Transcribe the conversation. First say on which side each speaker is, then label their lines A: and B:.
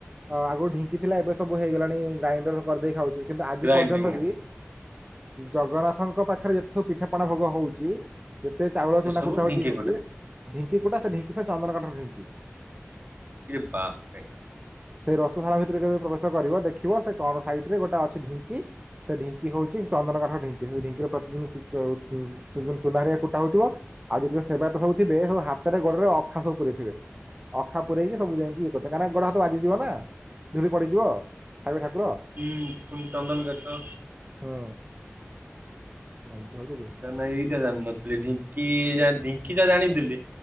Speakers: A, on the right; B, on the right.
A: ଅ ଆଗୁରୁ ଢିଙ୍କି ଥିଲା ଏବେ ସବୁ ହେଇଗଲାଣି ଗ୍ରାଇଣ୍ଡର କରିଦେଇ ଖାଉଚୁ। କିନ୍ତୁ ଆଜି
B: ଗ୍ରାଇଣ୍ଡିଙ୍ଗ
A: ପର୍ଯ୍ୟନ୍ତ ବି ଜଗନ୍ନାଥଙ୍କ ପାଖରେ ଯେତେ ସବୁ ପିଠାପଣା ଭୋଗ ହଉଚି କେତେ ଚାଉଳ
B: ସେ
A: ଚୁନା
B: ସବୁ
A: କୁଟା ହଉଚି
B: ଢିଙ୍କି
A: ଇଏ ହଉଚି ଢିଙ୍କି କୁଟା ସେ ଢିଙ୍କି ପାଇଁ ଚନ୍ଦନକାଠର ଢିଙ୍କି।
B: ଏ ବାପରେ
A: ସେଇ ରସଶାଳ ଭିତରେ କେବେ ପ୍ରବେଶ କରିବ ଦେଖିବ ସେ କଣ ସାଇଡ ରେ ଗୋଟେ ଅଛି ଢିଙ୍କି ସେ ଢିଙ୍କି ହଉଚି ଚନ୍ଦନକାଠର ଢିଙ୍କି ସେ ଢିଙ୍କିରେ ପ୍ରତିଦିନ କୁ ଚାଉ ଚୁବୁଲ ଚୁମାରିଆ କୁଟା ହଉଥିବ ଆଉ ଯେତେବେଳେ ସେବାୟତ ସବୁଥିବେ ସବୁ ହାତରେ ଗୋଡରେ ଅଖା ସବୁ ପୁରେଇଥିବେ। ଅଖା ପୁରେଇକି ସବୁ ଯାଇକି ଇଏ କରିଥା କାହିଁକା ଗୋଡ ହାତ ବାଜିଯିବ ନା। ଧୂଳି ପଡ଼ିଯିବ ଖାଇବେ ଠାକୁର।
B: ହୁଁ ଫୁଣି ଚନ୍ଦନ କାଠ।
A: ହଁ। ଏମତି ହଉଚିକି?
B: ତା ମାନେ ଏଇଟା ଜାଣିନଥିଲି ଢିଙ୍କି ଜାଣ୍ ଢିଙ୍କି ଟା ଜାଣିଥିଲି।